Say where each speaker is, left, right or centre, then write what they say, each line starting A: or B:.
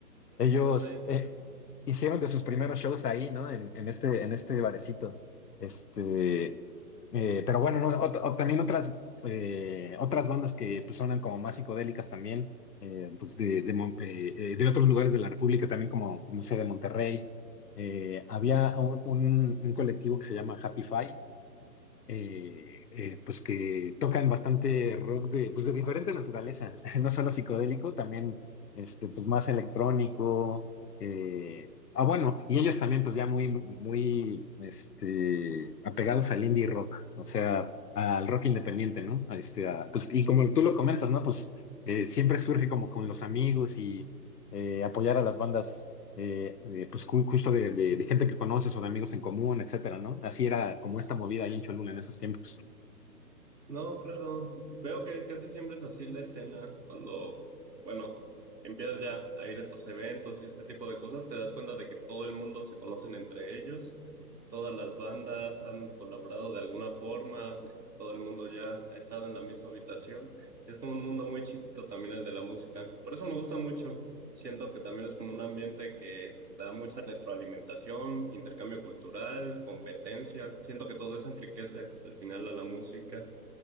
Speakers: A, on the right; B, on the left.
A: estoy
B: ellos
A: en ello.
B: eh, hicieron de sus primeros shows ahí, ¿no? En, en este, en este barecito. Este, eh, pero bueno, no, ot- o también otras, eh, otras bandas que pues, suenan como más psicodélicas también, eh, pues de, de, Mon- eh, eh, de otros lugares de la República, también como, no sé, de Monterrey. Eh, había un, un- un colectivo que se llama Happy Fi, eh, eh, pues que tocan bastante rock de, pues de diferente naturaleza, <laughs> no solo psicodélico, también este, pues más electrónico. eh, ah, bueno, y ellos también pues ya muy, muy este, apegados al indie rock, o sea, al rock independiente, ¿no? A Este, a- pues, y como tú lo comentas, ¿no? Pues eh, siempre surge como con los amigos y eh, apoyar a las bandas, eh, eh, pues ju- justo de, de- de gente que conoces o de amigos en común, etcétera, ¿no? Así era como esta movida ahí en Cholula en esos tiempos.
A: No, claro. Veo que casi siempre es así la escena. Cuando, bueno, empiezas ya a ir a estos eventos y ese tipo de cosas, te das cuenta de que todo el mundo se conocen entre ellos. Todas las bandas han colaborado de alguna forma. Todo el mundo ya ha estado en la misma habitación. Es como un mundo muy chiquito también el de la música. Por eso me gusta mucho. Siento que también es como un ambiente que da mucha retroalimentación, intercambio cultural, competencia. Siento que todo eso enriquece al final a la música.